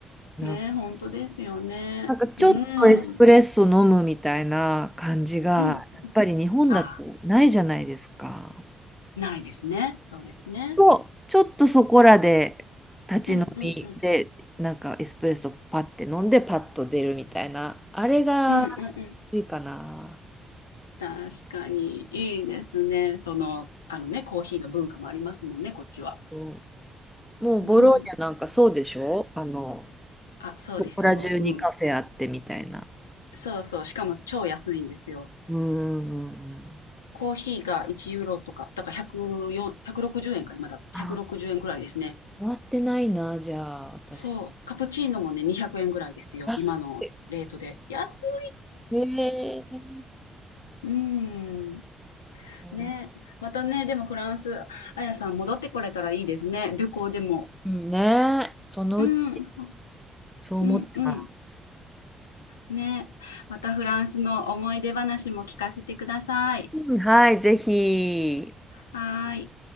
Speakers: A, in the centre; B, on the left (about 80°).
A: な、
B: ねえ、本当ですよね。
A: なんかちょっとエスプレッソ飲むみたいな感じが、
B: うん、うん。
A: やっぱり日本だとないじゃないですか。
B: ああ、ないですね。そうですね。
A: と、ちょっとそこらで立ち飲みで、
B: うん、うん、うん。
A: なんかエスプレッソパッて飲んでパッと出るみたいな、あれが
B: うん、うん、うん。
A: いいかな。
B: 確かに、いいですね。その、あのね、コーヒーの文化もありますもんね、こっちは。
A: そうもうボローニャなんかそうでしょあの、
B: うん。あ、そうですよ。
A: そこら中にカフェあってみたいな。
B: うん。そうそう。しかも超安いんですよ。
A: うんうんうんうん。
B: コーヒーが1ユーロとか、だから104、160円か、今だ。160円ぐらいですね。
A: あ、終わってないな、じゃあ、私。
B: そう。カプチーノもね、200円ぐらいですよ。
A: 安い。
B: 今のレートで。安い。
A: えー、
B: うん。
A: うん
B: ね。またね、でもフランス、あやさん戻ってこれたらいいですね。旅行でも。
A: うんねえ、そのうち。
B: うん。う
A: そう思ってます。
B: ん、うん。ね。またフランスの思い出話も聞かせてください。
A: うんはい、ぜひ。
B: はーい。